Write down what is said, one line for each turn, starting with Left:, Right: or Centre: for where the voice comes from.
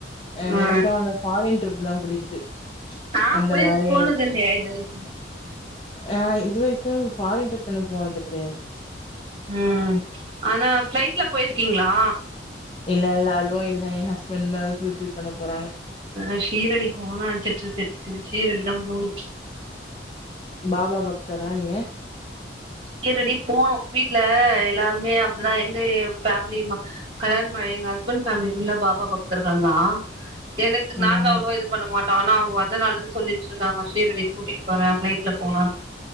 Left: அ
Right: ஆ
Left: எனக்குலாம் அந்த ஃபாரின் ட்ரிப் தான் பிடிக்குது.
Right: ஆ
Left: அந்த
Right: போயிரு
Left: மாரி
Right: போனது இல்லயே இதுவரைக்கு
Left: ஆ இது வரைக்கு ஃபாரின் ட்ரிப் இன்னு போனது கெடயாது
Right: ம் ஆன ஃப்ளைட்ல போயிருக்கீங்ளா
Left: இல்ல இல்ல அதுவு எ ஹஸ்பண்டு தா அத ஃபுல்ஃபில் பண்ண போறாங்க
Right: ஆ ஷீரடி போகனு நெனச்சிட்டு இருக்கே சீரடிதா போனு
Left: பாபா பக்தரா நீங்க
Right: ஷிரடி போனு வீட்ல எல்லாருமே அப்டிதா எங்க பேமிலி கல்யாண ப எங்க ஹஸ்பண்ட் ஃமேலி புல்ல பாபா பக்தர்கள் தா எனக்கு
Left: ம்.
Right: நாங்க அவ்வளவா இது பண்ண மாட்டோம் ஆனா அவங்க வந்தனால இருந்து சொல்லிட்டு இருக்காங்க ஷீரடி கூட்டிட்டு போறேன் பிளைட்ல போகலான்னு